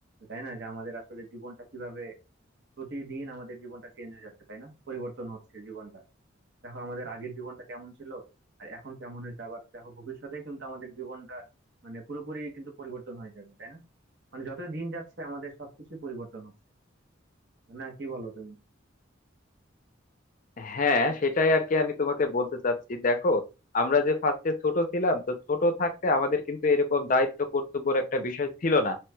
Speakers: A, on the right; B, on the left.
A: তাই না যে আমাদের আসলে জীবনটা কিভাবে প্রতিদিন আমাদের জীবনটা চেঞ্জ হয়ে যাচ্ছে তাই না পরিবর্তন হচ্ছে জীবনটা দেখো আমাদের আগের জীবনটা কেমন ছিল আর এখন কেমন হয়েছে আবার দেখো ভবিষ্যতে কিন্তু আমাদের জীবনটা মানে পুরোপুরি কিন্তু পরিবর্তন হয়ে যাবে তাই না মানে যত দিন যাচ্ছে আমাদের সবকিছু পরিবর্তন হচ্ছে না কি বলো তুমি
B: হ্যাঁ সেটাই আর কি আমি তোমাকে বলতে চাচ্ছি দেখো আমরা যে ফার্স্টে ছোট ছিলাম তো ছোট থাকতে আমাদের কিন্তু এরকম দায়িত্ব কর্তব্যের একটা বিষয় ছিল না